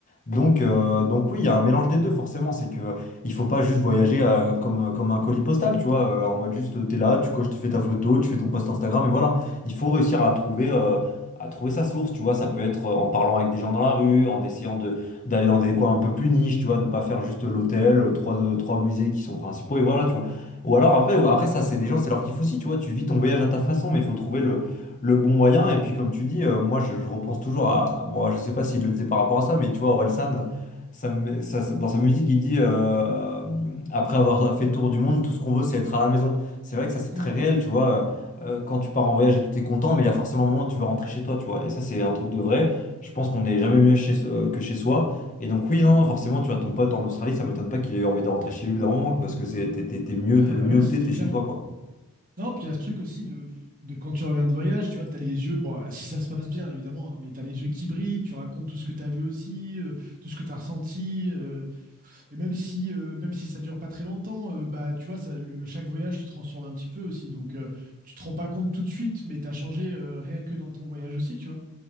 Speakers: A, on the left (about 35°); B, on the right (about 40°).
A: Donc, euh, donc oui, il y a un mélange des deux, forcément. C'est que euh, il faut pas juste voyager euh, comme, euh, comme un colis postal, tu vois, euh, en mode juste euh, t'es là, tu coches, tu fais ta photo, tu fais ton post Instagram, et voilà. Il faut réussir à trouver, euh, à trouver sa source, tu vois. Ça peut être euh, en parlant avec des gens dans la rue, en essayant de d'aller dans des coins un peu plus niches, tu vois, de pas faire juste l'hôtel, euh, trois, euh, trois musées qui sont principaux, et voilà, tu vois. Ou alors après, ou après ça, c'est des gens, c'est leur kiff aussi, tu vois. Tu vis ton voyage à ta façon, mais il faut trouver le bon moyen. Et puis, comme tu dis, euh, moi, je, je repense toujours à. à- Bon, je sais pas s'il le disait par rapport à ça, mais tu vois, Orelsan, ça, me- ça- ça- dans sa musique, il dit euh, Après avoir fait tour du monde, tout ce qu'on veut, c'est être à la maison. C'est vrai que ça, c'est
B: mmh.
A: très réel, tu vois. euh, euh, quand tu pars en voyage et tout, t'es content, mais il y a forcément un moment où tu veux rentrer chez toi, tu vois. Et ça, c'est un truc de vrai. Je pense qu'on n'est jamais mieux chez, so- que chez soi. Et donc, oui, non, forcément, tu vois, ton pote en Australie, ça m'étonne pas qu'il ait eu envie de rentrer chez lui au bout d'un moment, parce que c'est, t'es, t'es- t'es mieux,
B: Ben
A: t'es le mieux
B: ouais,
A: où
B: c'est
A: t'es, t'es
B: clair.
A: chez toi, quoi.
B: Non, puis il y a ce truc aussi de, de quand tu reviens de voyage, tu vois, t'as les yeux, bon, euh, si ça se passe bien évidemment, hein, mais t'as les yeux qui brillent, tu racontes tout ce que t'as vu aussi, euh, tout ce que t'as ressenti. euh, Et même si, euh, même si ça dure pas très longtemps, euh, bah, tu vois, ça, le- chaque voyage te transforme un petit peu aussi. Donc, euh, tu te rends pas compte tout de suite, mais tu as changé euh, rien que dans ton voyage aussi, tu vois.